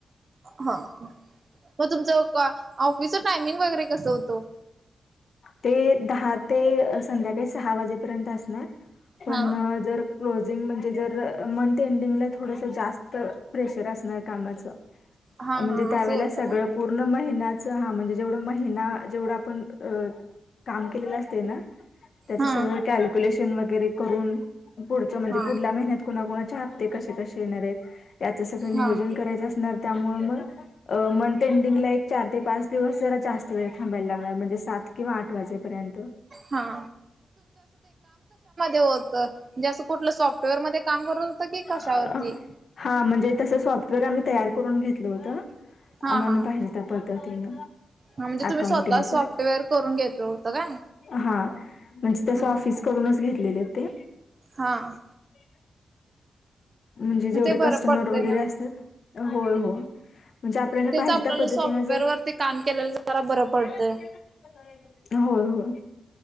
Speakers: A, on the right; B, on the left.
A: हा मग तुमच ऑफिसच टायमिंग वगैरे कसं होत ओ.
B: ते दहा ते संध्याकाळी सहा वाजेपर्यंत असणार. आपण
A: हा
B: जर क्लोजिंग म्हणजे जर मंथ एंडिंगला थोडसं जास्त प्रेशर असणार कामाचं.
A: हा
B: म्हणजे
A: हा
B: त्यावेळेला
A: असं होतं
B: सगळं
A: का?
B: पूर्ण महिन्याच हा म्हणजे जेवढ महिना जेवढा आपण अ काम केलेलं असते ना त्याच
A: हा
B: सगळं कॅल्क्युलेशन वगैरे करून पुढच म्हणजे
A: हा
B: पुढल्या महिन्यात कुणाकुणाच्या हते कसे कसे येणार आहेत याचं सगळं नियोजन
A: हा
B: करायचं अस होणार त्यामुळे मग अ मंंथ ऐंडिगला एक चार ते पाच दिवस जरा जास्त वेळ थांबाय लागणार म म्हंजे सात किंवा आठ वाजे पर्यंत.
A: हा कस होत म्हणजे कुठलं सॉफ्टवेअर मध्ये काम करत होतं की कशावरती?
B: अ हा म्हणजे तसं सॉफ्टवेअर आम्ही तयार करून घेतलं होतं
A: हा
B: आम्हांना
A: हा
B: पाहिजे त्या पद्धतीनं.
A: हा म्हणजे
B: अकाउंटिंगच
A: तुम्ही स्वतः सॉफ्टवेअर करून घेतलं होतं काय?
B: हा म्हणजे तस
A: हा
B: ऑफिस कडूनच घेतलेले ते.
A: हां.
B: <unintelligible> म्हणजे जेवढे
A: मग ते बरं
B: कस्टमर
A: पडतंय
B: वगैरे
A: ना.
B: असतात होय हो. म्हणजे आपल्याला
A: तेच
B: पाहिजे
A: आपल्याला
B: त्या पद्धतीन
A: सॉफ्टवेअर
B: जर
A: वरती काम केलेलं जरा
B: <unintelligible>
A: बरं पडतंय.
B: होय होय.